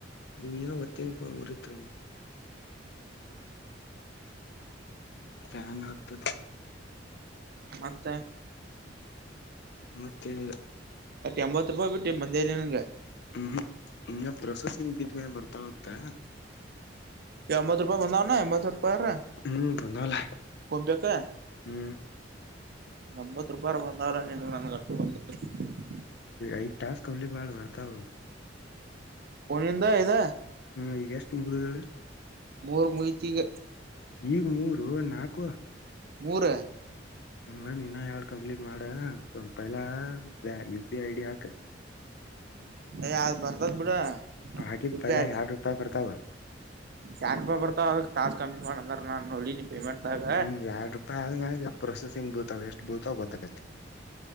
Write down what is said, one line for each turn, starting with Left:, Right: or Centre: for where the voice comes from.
Left: ಏನೋ ಗೊತ್ತಿಲ್ಲಪ್ಪ ಮುರಿತು ಫ್ಯಾನ್ ಹಾಕಿ
Right: ಮತ್ತ
Left: ಮತ್ತೆ ಏನಿಲ್ಲ
Right: ಎಂಬತ್ತು ರೂಪಾಯಿ ಬಿಟ್ಟಿ ಬಂದೆ ಇಲ್ಲ ನನ್ಗೆ
Left: ಹ್ಮ್ ಹ್ಮ ಇ ಪ್ರೊಸೆಸಿಂಗ್ ಬರ್ತಾವ್ ಅಂತೆ
Right: ಎಂಬತ್ತು ರೂಪಾಯಿ ಬಂದಾವ್ನ ಎಂಬತ್ತು ರೂಪಾಯಿರ
Left: ಹ್ಮ್ ಬಂದವಲ್ಲ
Right: ಫೋನ್ ಪೈಗಾ
Left: ಹ್ಮ್
Right: ಎಂಬತ್ತು ರೂಪಾಯಿ ಆದರೂ ಬಂದಲ್ಲ ನಿನಗ ನನಗೂ ಅಟ್ಟು ಬಂದಿಲ್ಲ
Left: ಐದ ಟಾಸ್ಕ್ ಕಂಪ್ಲೀಟ್ ಮಾಡು ಬರ್ತಾವ
Right: ಫೋನಿಂದ ಇದ
Left: ಹ ಈಗ ಎಷ್ಟು ಮುಗಿದವ ಹೇಳು
Right: ಮೂರ್ ಮುಯತಿಗ
Left: ಈಗ್ ಮೂರು ನಾಲ್ಕು
Right: ಮೂರ
Left: ಹ ಇನಾ ಎರಡು ಕಂಪ್ಲೀಟ್ ಮಾಡೂ ಫಿಲಾ U P I I D ಹಾಕ
Right: ಯ ಆದ ಬರ್ತದ್ ಬಿಡು
Left: ಹಾಕಿದ್
Right: ಯು
Left: ಪೈಲಾ
Right: ಪಿ ಐ
Left: ಎರಡ್ ರೂಪಾಯಿ ಬರ್ತಾವ
Right: ಚಾರ ರೂಪಾಯಿ ಬರ್ತಾವ ಟಾಸ್ಕ್ ಕಂಪ್ಲೀಟ್ ಮಾಡ ಅಂದಾರ ನೋಡಿನಿ ಪೇಮೆಂಟ್ ದಾಗ
Left: ಹ್ಮ್ ಎರ ರೂಪಾಯಿ ಆದ್ಮಗ ಪ್ರೊಸೆಸಿಂಗ್ ಬೀಳುತಾವ ಎಷ್ಟ್ ಬೀಳ್ತಾವ ಗೊತ್ತಾಗಿದೆ